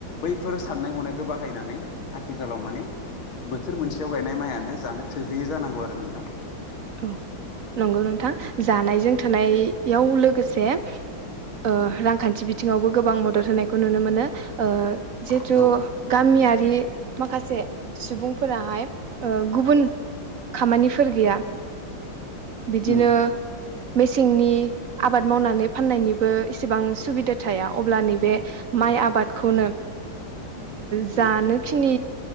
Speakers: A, on the left (about 80°); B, on the right (about 65°).
A: बैफोर साननाय हनायखौ बाहायनानै आथिखालाव माने बोथोर मोनसेयाव गायनाय माइआनो जानो थोहैयो जानांगौ आरो नोंथां।
B: औ नंगौ नोंथां जानायजों थोनायाव लोगोसे ओ रांखान्थि बिथिङावबो गोबां मदद होनायखौ नुनो मोनो। जिथु
A: औ औ
B: गामियारि माखासे सुबुंफोराहाय गुबुन खामानिफोर गैया। बिदिनो
A: उम
B: मेसेंनि आबाद आबाद मावनानै फाननायनिबो इसेबां सुबिदा थाया अब्ला नैबे माइ आबादखौनो
A: <inaudible>
B: जानोखिनि
A: औ